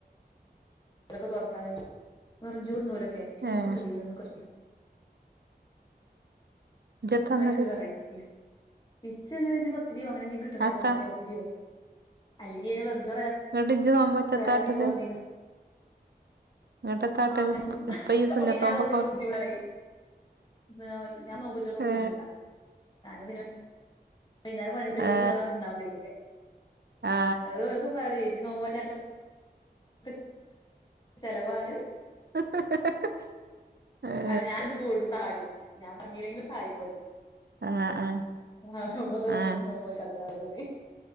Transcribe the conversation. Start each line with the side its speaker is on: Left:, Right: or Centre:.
Left: ഓലൊക്കെ തൊർക്കാന വെർഞ്ചൂറ് ന്നും ഓലൊക്കെ ശ്ശെ ഇന്നെ
Right: ഏഹ്
Left: കൊണ്ടടീയന്നും കജ്ജൂല.
Right: ഇജെത്താന്നല്
Left: ഞാനൊരു വെറൈറ്റിയ ഇച്ചങ്ങനെ ഇന്റെ സൊ പത്തിരിയോ അങ്ങനെന്തേം കിട്ടണേ
Right: അത്താ
Left: പൊറാട്ടേ പത്തിര്യോ അല്ലെങ്കി ങ്ങനെ വെറ് ചോറല്ല
Right: ഇങ്ങട്ട് ഇജ്ജ് നോമ്പോറ്റത്താട്ടല്
Left: വരീ ചോറഞ്ഞ <unintelligible>
Right: ഇങ്ങട്ടെത്താട്ടല്
Left: ആഹന കയി
Right: ഇപ്പ ഈ സുന്നത്തോമ്പൊക്കെ
Left: ഞാതപത്തിലക്ക് കുി ഉടണെ <unintelligible> ഞാൻ നോ്പോ <unintelligible> റ്റക്കൊക്കെ
Right: ഏ
Left: ബുദ്ധിമുട്ടാ കാര പൈതിനാര മണി <unintelligible> യ ചക്കത്ത
Right: ഏ
Left: ചോറ ഉണ്ടാവതി <unintelligible> ക്കൊക്കെ
Right: ആ
Left: അത്ോക്ക പറ ഇ നോ്പ <unintelligible> റ്റക്ക ചെലവാണ്
Right: <unintelligible> ഏ
Left: അത് ഞാൻ ഇത് കൂടും സഹായിക്കും ഞാൻ പറഞ്ഞല്ലെങ്കിലും സഹായിക്കോല്ലോ
Right: ആ ആ
Left: ആഹ പധ
Right: ആ
Left: കൊിച്ചക്കാത്തക്കതാര